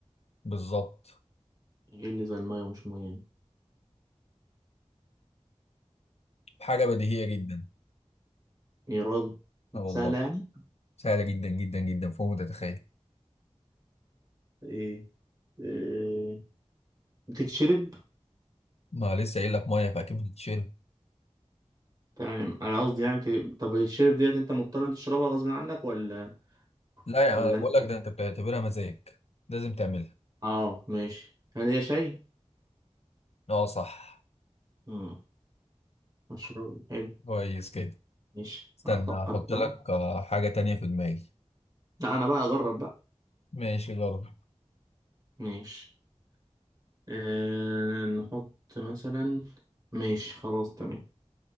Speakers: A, on the left (about 65°); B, on the right (about 35°).
A: بالظبط
B: ايه اللي زي المية ومش مية يعني؟
A: حاجة بديهية جدا
B: يا راجل
A: اه والله
B: سهلة يعني
A: سهلة جدا جدا جدا فوق ما تتخيل
B: ايه آه، بتتشرب
A: ما لسه قايل لك مية فأكيد بتتشرب
B: تمام انا قصدي يعني بت- طب بتتشرب ديت انت مضطر إنت تشربها غصب عنك ولا
A: لا يا عم
B: ولا
A: أنا بقول
B: انت
A: لك ده أنت بتعتبرها مزاج لازم تعملها
B: اه ماشي هل هي شاي؟
A: اه صح
B: امم مشروب حلو
A: كويس كده
B: ماشي
A: استنى
B: افكر
A: هحط
B: كمان.
A: لك آه، حاجة تانية في دماغي
B: لا انا بقى اجرب بقى
A: ماشي جرب
B: ماشي آه نحط مثلا ماشي خلاص تمام